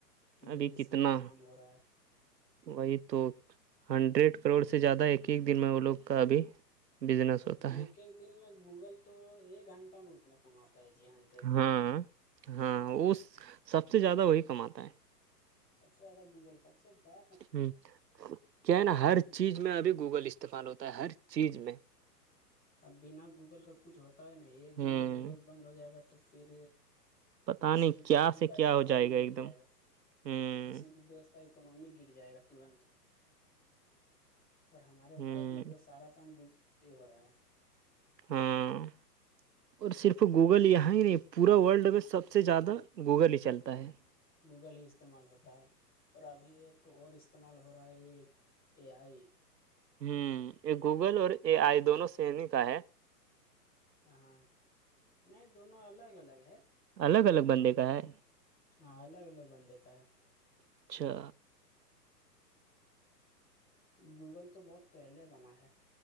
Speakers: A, on the left; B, on the right.
A: پورے
B: ابھی
A: وشو
B: کتنا
A: میں نام ہو رہا ہے
B: وہی توک ہنڈریڈ کروڑ سے زیادہ ایک ایک دن میں وہ لوگ کا ابھی بزنس ہوتا
A: ایک
B: ہے
A: ایک دن میں گوگل تو ایک گھنٹہ میں اتنا کماتا ہے جی ہنٹ
B: ہاں ہاں وہ سب سے زیادہ وہی کماتا ہے
A: سب سے زیادہ گوگل سب سے بہ
B: ہ کیا ہے نا ہر چیز میں ابھی گوگل استعمال ہوتا ہے ہر چیز میں
A: اب بنا گوگل کا کچھ ہوتا ہی نہیں ایک
B: ہوں
A: دن اگر گوگل بند ہو جائے گا تو پھر
B: پتا
A: کسی
B: نہیں
A: بھی کنٹری
B: کیا سے
A: کا
B: کیا
A: اکنمی
B: ہو ایک
A: گر جائے
B: دم
A: گا
B: ہوں
A: کسی بھی دیس کا کا اکنمی گر جائے گا ترنت اور ہمارے
B: ہوں
A: بھارت میں تو سارا کام گوگل پہ ہی ہو رہا ہے
B: ہاں اور صرف گوگل یہاں ہی نہیں پورا ورلڈ میں سب سے زیادہ گوگل ہی چلتا ہے
A: گوگل ہی استعمال ہوتا ہے اور ابھی ایک اور استعمال ہو رہا ہے یہ ا آئی
B: ہوں یہ گوگل اور اے آئی دونوں سنی کا ہے
A: ہاں نہیں دونوں الگ الگ ہے
B: الگ الگ بندے کا ہے
A: ہاں الگ الگ بندے کا ہے
B: اچھا
A: گوگل تو بہت پہلے بنا ہے